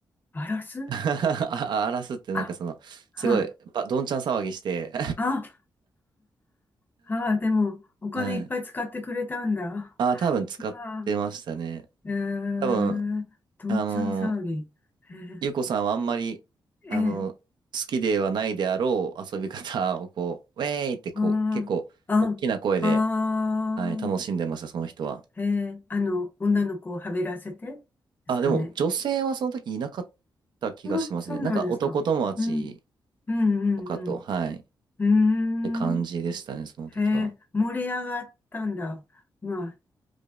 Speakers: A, on the left; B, on the right.
A: バラす
B: <laughs> あ荒らすってなんかその、
A: あ、は
B: すごい、ばどんちゃん騒ぎして
A: あ、あ、はあ、でも、お金いっぱい使ってくれたんだ。
B: <laughs> はい。あ、多分使ってましたね。
A: まあ、えー、
B: 多分、
A: どんちゃん騒ぎ。
B: あのー、
A: え
B: ゆうこさんはあんまり、あのー、
A: ー、えー、
B: 好きではないであろう遊び方をこう、ウェーイってこう、
A: あー、
B: 結構、
A: あ、
B: 大きな声で、
A: あ
B: はい、楽しんでました、その人は。
A: ー、えー、あの、女の子をはべらせてですかね。
B: あ、でも、女性はその時いなかった気がしますね。
A: あ、そうなんですか。
B: なんか、男友達
A: うん。うんうん
B: とかと、はい。
A: うん。
B: て感じでしたね、
A: うーん。
B: その時は。
A: へえ、盛り上がったんだ。まあ、